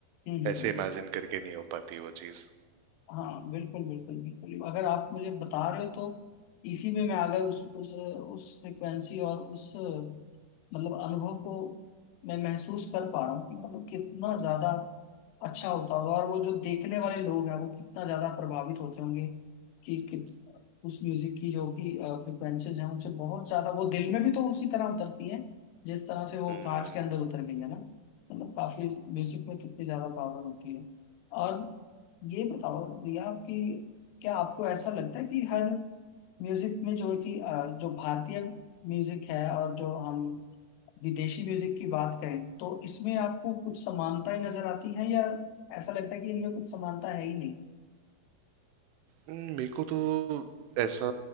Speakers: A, on the left; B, on the right.
A: हम्म हम्म,
B: ऐसे
A: हम्म।
B: इमेजिन करके नहीं हो पाती वो चीज़
A: हाँ बिल्कुल बिल्कुल बिल्कुल अगर आप मुझे बता रहे हो तो इसी में मैं अगर उस उस उस फ्रिक्वेंसी और उस मतलब अनुभव को मैं महसूस कर पा रहा हूँ कि मतलब कितना ज्यादा अच्छा होता होगा और वो जो देखने वाले लोग हैं वो कितना ज्यादा प्रभावित होते होंगे कि, कि उस म्यूजिक की जो कि फ्रिक्वेंसीज हैं उनसे बहुत ज्यादा वो दिल में भी तो उसी तरह उतरती हैं जिस तरह से वो
B: हम्म
A: कांच के अंदर उतर गई है ना मतलब काफी म्यूजिक में कितनी ज्यादा पावर होती है और ये बताओ भैया कि क्या आपको ऐसा लगता है कि हर म्यूजिक में जो है कि अ, जो भारतीय म्यूजिक है और जो हम विदेशी म्यूजिक की बात करें तो इसमें आपको कुछ समानताएं नजर आती हैं या ऐसा लगता है कि इनमें कुछ समानता है ही नहीं
B: हम्म, मेरे को तो ऐसा